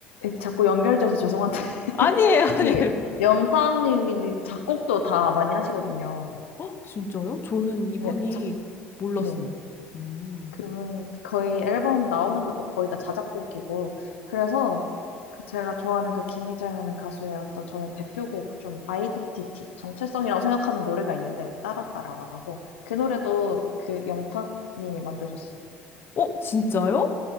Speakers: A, on the left; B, on the left.
A: 자꾸 연결지어서 죄송한데. <laughs>
B: 아니에요, <laughs> 아니에요.
A: 이게 영탁님이 작곡도 다 많이 하시거든요.
B: 어, 진짜요? 저는 이분이
A: 네, 자,
B: 몰랐어요.
A: 네.
B: 음.
A: 그분이 거의 앨범 나오는 것도 거의 다 자작곡이고 그래서 그 제가 좋아하는 그 김희재라는 가수의 어떤 저는 대표곡 좀 아이덴티티 정체성이라고 생각하는 노래가 있는데 따라 따라와라고 그 노래도 그 영탁님이 만드셨어요.
B: 어, 진짜요?